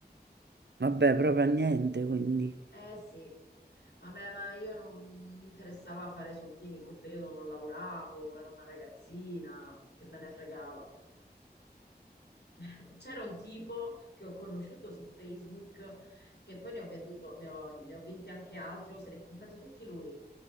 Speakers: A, on the right; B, on the left.
A: Vabbè, proprio a niente, quindi.
B: Eh sì. Vabbè, ma io non mi interessava fare soldini, in quel periodo non lavoravo, ero una ragazzina, che me ne fregava. <laughs> C'era un tipo che ho conosciuto su Facebook che poi ne ho venduto, ne ho, ne ho vinti anche altri, o se li ha comprati tutti lui.